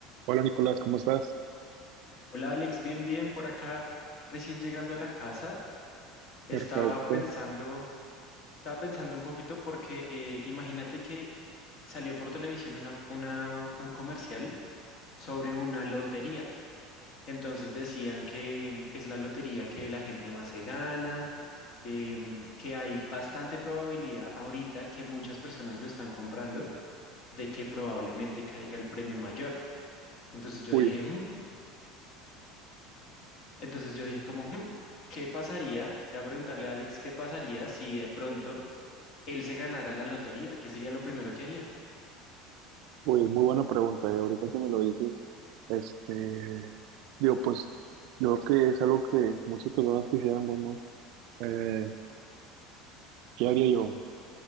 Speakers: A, on the right; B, on the left.
A: Hola Nicolás, ¿cómo estás?
B: Hola Alex, bien, bien por acá, recién llegando a la casa, estaba
A: Perfecto.
B: pensando, estaba pensando un poquito porque eh, imagínate que salió por televisión una, una- un comercial sobre una lotería. Entonces decían que mm, es la lotería que la gente más se gana, em, que hay bastante probabilidad ahorita que muchas personas lo están comprando de que probablemente caiga el premio mayor. Entonces yo
A: Uy,
B: dije, "Mm, Entonces yo dije como, "Hmm, ¿qué pasaría? Voy a preguntarle a Alex, ¿qué pasaría si de pronto él se ganara la lotería? ¿Qué sería lo primero que haría?
A: uy, es muy buena pregunta, eh, Ahorita que me lo dices, este, digo, pues yo creo que es algo que muchas personas quisiéramos, ¿no? Eh, ¿qué haría yo?